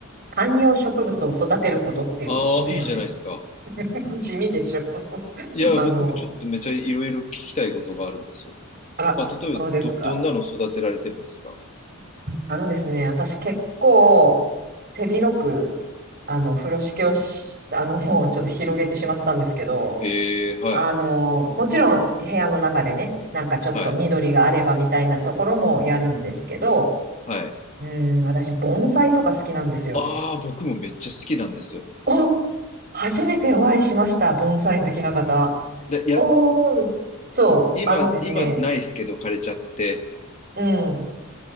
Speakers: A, on the right; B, on the left.
A: 観葉植物を育てることっていう地味なね。
B: ああ、いいじゃないですか。
A: <laughs> 地味でしょ。<laughs>
B: いや、
A: あの、
B: 僕ちょっとめちゃいろいろ聞きたいことがあるんですよ。
A: あら、
B: あ、例えばど、
A: そうですか。
B: どんなの育てられてるんですか
A: あのですね、私結構手広く、あの、風呂敷をし、あの、<laughs> もうちょっと広げてしまったんですけど、
B: へえ、はい、
A: あの、もちろん部屋の中でね、なんかちょっと緑があればみたいなところもやるんですけど、
B: はい、はい。
A: うん、私、盆栽とか好きなんですよ。
B: ああ、僕もめっちゃ好きなんですよ。
A: お初めてお会いしました、盆栽好きな方。
B: で、や、
A: おー、そう、
B: 今、
A: あのですね、
B: 今ないですけど枯れちゃって。
A: うん、